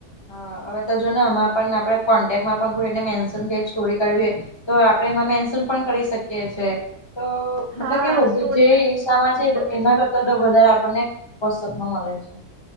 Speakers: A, on the left (about 25°); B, on the right (about 60°).
A: હા હવે તો જો ને હમા પણ આપડે કોન્ટેક્ટમાં પણ કોઈ એને મેન્શન ક સ્ટોરી કરવી. તો આપડણે એમાં મેન્સૂન પણ કરી શકીએ છે તો. મતલબ
B: હા
A: કે બધી
B: સ્ટોરી
A: જે
B: મેન્શન
A: હિસામાં
B: પણ થઈ
A: છે
B: શકે
A: એના
B: છે
A: કરતા વધારે આપણનેપમાં મળે છે.